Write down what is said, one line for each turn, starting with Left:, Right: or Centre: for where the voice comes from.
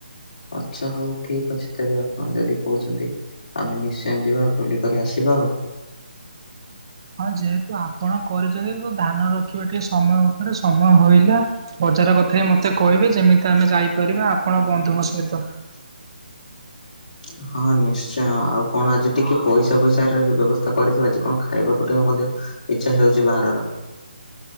Left: ଆଚ୍ଛା ହଉ ଠିକ ଅଛି ତେବେ ଆପଣ ଯଦି କହୁଛନ୍ତି ଆମେ ନିଶ୍ଚୟ ଯିବା ବୁଲିକରି ଆସିବା ଆଉ।
Right: ହଁ ଯେହେତୁ ଆପଣ କରିଛନ୍ତି, ତ ଧାନ ରଖିବାେ ଟିକେ ସମୟ ଉପରେ ସମୟ ହଇଲା ବଜାର କଥା। ଏଥିରେ ମୋତେ କହିବେ ଯେମିତି ଆମେ ଯାଇପାରିବା ଆପଣ ବନ୍ଧୁଙ୍କ ସହିତ।
Left: <unintelligible> ହଁ ନିଶ୍ଚୟ, ଆଉ କଣ ଆଜି ଟିକେ ପଇସା ଫଇସା ବ୍ୟବସ୍ଥା କରିଥିବ। ଆଜି କଣ ଖାଇବାକୁ ଟିକେ ଇଚ୍ଛା ହେଉଛି ବାହାରର।